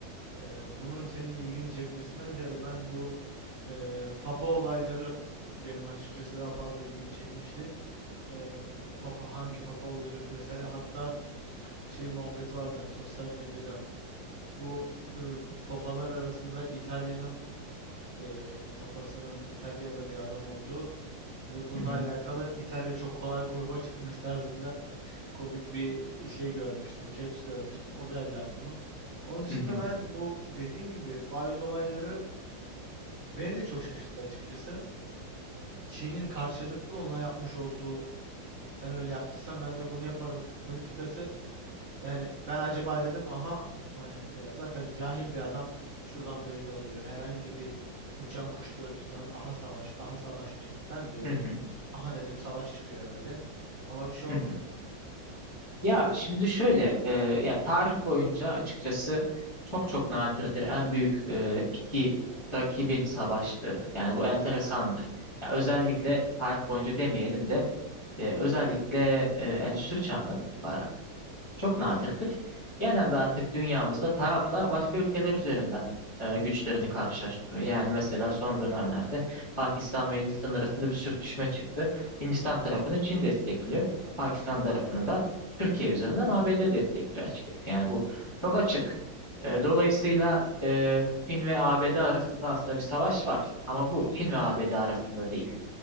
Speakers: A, on the right; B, on the left.
A: Ee, bunun senin ilgini çekmesinden ziyade ben bu e, papa olayları benim açıkçası daha fazla ilgimi çekmişti. Ee, bu papa hangi papa olacak vesaire hatta şey muhabbet vardı sosyal medyada. Bu e, papalar arasında İtalya'nın e, papasının İtalyalı bir adam olduğu ve bununla
B: hı hı,
A: alakalı İtalya çok kolay gruba <laughs> çıkmış tarzında komik bir şey görmüştüm, caps görmüştüm. O geldi aklıma. Onun dışında
B: hı hı,
A: ben bu dediğim gibi faiz olayları Beni de çok şaşırttı açıkçası. Çin'in karşılıklı onunla yapmış olduğu sen öyle yaptıysan ben de bunu yaparım politikası. Yani ben acaba dedim aha hani ya zaten cahil bir adam şuradan belli oluyor. Herhangi bir uçan kuş gördüğü zaman aha savaş aha savaş diyor. Ben de öyle
B: hı hı,
A: aha dedim savaş çıkıyor herhalde. Ama bir şey olmadı.
B: hı hı. Ya şimdi şöyle, e, ya tarih boyunca açıkçası çok çok nadirdir en büyük e, iki rakibin savaştığı. Yani bu enteresandır. Ya özellikle tarih boyunca demeyelim de e, özellikle e, Endüstri Çağı'ndan itibaren çok nadirdir. Genelde artık dünyamızda taraflar başka ülkeler üzerinden e,
A: Hı
B: güçlerini
A: hı.
B: karşılaştırıyor. Yani mesela son dönemlerde Pakistan ve Hindistan arasında bir sürtüşme çıktı. Hindistan tarafını Çin destekliyor. Pakistan tarafını da Türkiye üzerinden ABD destekliyor açıkçası. Yani bu çok açık. E, dolayısıyla e, Çin ve ABD arasında aslında bir savaş var. Ama bu Çin ve ABD arasında değil.